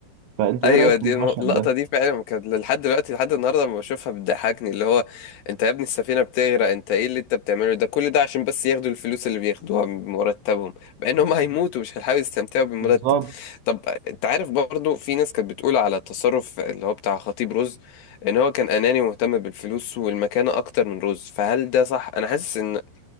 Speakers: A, on the right; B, on the left.
A: فانت
B: ايوه
A: ايه رايك
B: دي
A: في المشهد
B: الم- اللقطه
A: ده
B: دي فعلا كانت لحد دلوقتي لحد النهارده لما بشوفها بتضحكني اللي هو انت يا ابني السفينه بتغرق انت ايه اللي انت بتعمله ده كل ده عشان بس ياخدوا الفلوس اللي بياخدوها من مرتبهم مع ان هم هيموتوا مش هيحاولوا يستمتعوا بالمرتب
A: بالظبط
B: طب انت عارف برضو في ناس كانت بتقول على التصرف اللي هو بتاع خطيب رز ان هو كان اناني ومهتم بالفلوس والمكانه اكتر من رز فهل ده صح انا حاسس ان